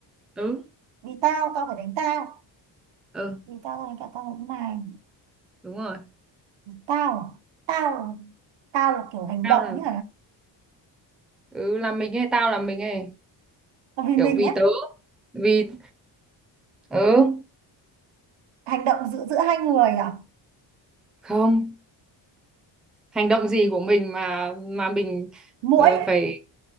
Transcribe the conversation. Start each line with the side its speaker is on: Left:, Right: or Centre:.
Centre: ừ,
Right: vì tao tao phải đánh tao
Centre: ừ,
Right: vì tao tao đánh cả tao lẫn mày
Centre: đúng rồi.
Right: vì tao à? tao là- tao là kiểu hành
Centre: Tao
Right: động
Centre: là...
Right: nhỉ
Centre: Ừ, là mình hay tao là mình ấy.
Right: Còn vì
Centre: Kiểu
Right: mình
Centre: vì
Right: á
Centre: tớ, vì... Ừ,
Right: hành động giữa giữa hai người à
Centre: không. hành động gì của mình mà mà mình
Right: muỗi
Centre: ờ, phải